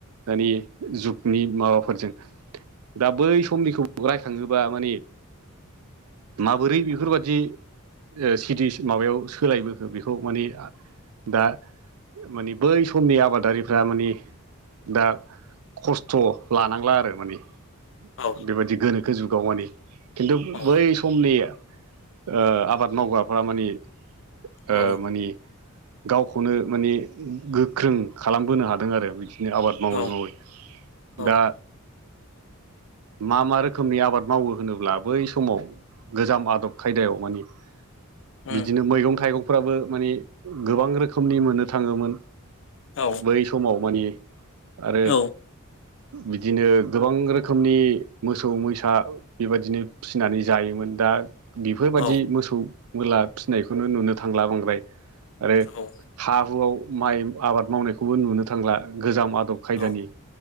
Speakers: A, on the right (about 80°); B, on the left (about 60°).
A: दानि जुग नि माबाफोरजों दा बै समनिखौ राय थाङोबा माने माबोरै बेफोरबादि ओ सिटि माबायाव सोलायबोखो बेखौ माने दा मानि बै समनि आबादारिफ्रा माने दा खस खस्थ' लानांला आरो माने
B: औ
A: बेबायदि गोनोखो जुगाव माने खिन्थु
B: औ
A: बै समनि ओ आबाद मावग्राफ्रा माने
B: औ
A: ओ माने गावखौनो माने गोख्रों खालामबोनो हादों आरो बिदिनो आबाद मावै
B: औ
A: मावै।
B: औ
A: दा मा मा रोखोमनि आबाद मावो होनोब्ला बै समाव गोजाम आदब खायदायाव माने
B: उम
A: बिदिनो मैगं थाइगंफ्राबो माने गोबां रोखोमनि मोननो थाङोमोन।
B: औ
A: बै समाव मानि आरो
B: औ
A: बिदिनो गोबां रोखोमनि मोसौ मैसा बेबादिनो फिनानै जायोमोन दा बेफोरबादि
B: औ
A: मोसौ मोला फिनायखौनो नुनो थांला बांद्राय। आरो
B: औ
A: हा हुआव माइ आबाद मावनायखौबो नुनो थांला गोजाम आदब खायदानि
B: औ